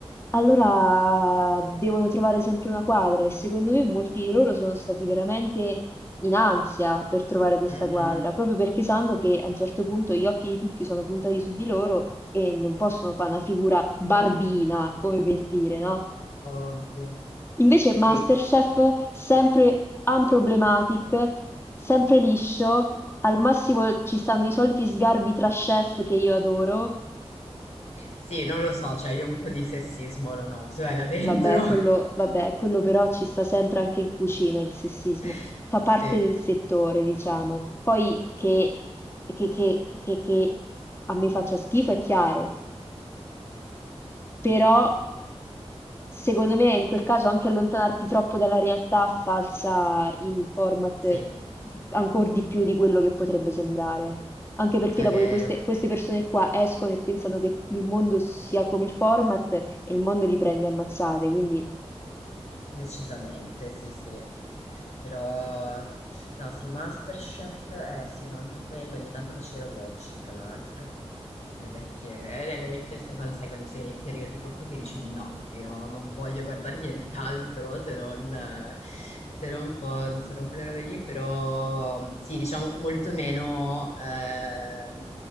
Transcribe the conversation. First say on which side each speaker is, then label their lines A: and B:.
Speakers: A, on the left; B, on the left.
A: allora devono trovare sempre una quadra e secondo me molti di loro sono stati veramente in ansia per trovare questa
B: Mm,
A: quadra,
B: mm,
A: proprio perché sanno che a un certo punto gli occhi di tutti sono puntati su di loro e non possono fare una figura barbina, come per dire, no?
B: ovvio.
A: Invece
B: Sì,
A: Masterchef, sempre "unproblematic", sempre liscio, al massimo ci stanno i soliti sgarbi tra chef che io adoro,
B: sì, non lo so, cioè io un po' di sessismo lo noto, eh, là dentro.
A: vabbè quello vabbè, quello però ci sta sempre anche in cucina il sessismo,
B: <laughs>
A: fa parte
B: Sì,
A: del settore diciamo, poi che che che che che a me faccia schifo è chiaro. Però secondo me in quel caso anche allontanarti troppo dalla realtà falsa il format
B: sì,
A: ancor di più di quello che potrebbe sembrare. Anche perché
B: è
A: dopo
B: vero.
A: queste, queste persone qua escono e pensano che il mondo sia come il format e il mondo li prende a mazzate, quindi
B: Decisamente, sì, sì. Però, no, sì, MasterChef, eh sì, no, anche quello, ogni tanto facevo watch, tra l'altro, delle vecchie, eh, delle vecchie, se- quando sai, quando sei nei periodi proprio che dici no, io non voglio guardare nient'altro se non, eh, se non con, se non quelle robe lì, però sì, diciamo molto meno eh,